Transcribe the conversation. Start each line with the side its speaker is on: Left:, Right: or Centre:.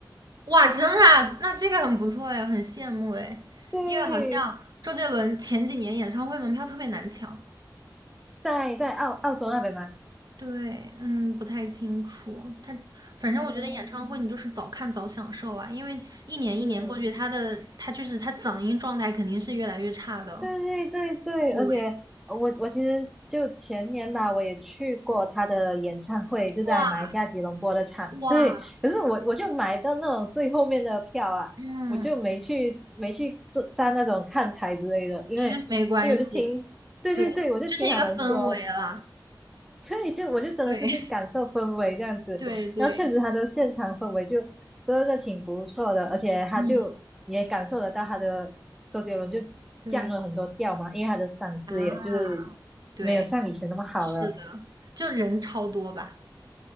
Right: 哇，真的啊那这个很不错哎，很羡慕哎，
Centre: 对，
Right: 因为好像周杰伦前几年演唱会门票特别难抢。
Centre: 在在澳澳洲那边嘛，
Right: 对，嗯，不太清楚。他反正我觉得演唱会你就是早看早享受啊，
Centre: 嗯，
Right: 因为一年一年过去，
Centre: 是。
Right: 他的他就是他嗓音状态肯定是越来越差的。
Centre: 对对对，
Right: 对，
Centre: 而且呃我我其实就前年吧，我也去过他的演唱会，就在马来西亚吉隆坡的场。
Right: 哇哇，
Centre: 对，可是我我就买到那种最后面的票啊，
Right: 嗯，
Centre: 我就没去没去坐站那种看台之类的，因为因为我就听，
Right: 其实没关系，
Centre: 对对对，
Right: 对，
Centre: 我就听他们说，
Right: 就是一个氛围啦。
Centre: 对，就我就真的是去感受氛围这样子，
Right: 对 <laughs> 对对，
Centre: 然后确实他的现场氛围就真的挺不错的，而且他就你也感受得到他的周杰伦就降了很多调嘛，
Right: 嗯，对
Centre: 因为他的嗓子也就是
Right: 啊，对。
Centre: 没有像以前那么好了，
Right: 是的，就人超多吧，